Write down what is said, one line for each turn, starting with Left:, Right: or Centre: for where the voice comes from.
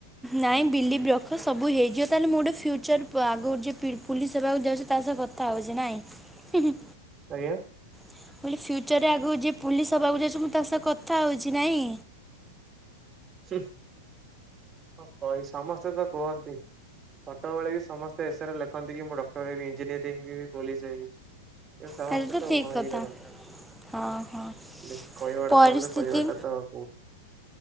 Centre: ନାଇଁ ବିଲିଭ ରଖ ସବୁ ହେଇଯିବ। ତାହେଲେ ମୁଁ ଗୋଟେ ଫ୍ୟୁଚର ଆଗ କୁ ଯିବି ପୋଲିସ ହେବାକୁ ଯାଉଚି ତା ସହ କଥା ହଉଛି ନାଇଁ।
Right: ଆଜ୍ଞା।
Centre: ମୁଁ କହିଲି ଫ୍ୟୁଚରରେ ଆଗକୁ ଯିଏ ପୋଲିସ ହବାକୁ ଯାଉଛି ମୁଁ ତା ସହ କଥା ହଉଛି ନାଇଁ।
Right: ହୁଁ କହି ସମସ୍ତେ ତ କୁହନ୍ତି। ଛୋଟବେଳେ ବି ସମସ୍ତେ ଏସେରେ ଲେଖନ୍ତି କି ମୁଁ ଡକ୍ଟର ହେବି ଇଞ୍ଜିନିୟରିଂ ପୋଲିସ ହେବି। ଏ ସମସ୍ତେ
Centre: ତାହେଲେ
Right: ତ
Centre: ଠିକ୍
Right: ହୁଅ
Centre: କଥା
Right: ଇପାରନ୍ତିନି।
Centre: ହଁ ହଁ
Right: ଦେଖି କହିବାଟା
Centre: ପରିସ୍ଥିତି
Right: ସହଜ କରିବାଟା ତ କୋଉଠି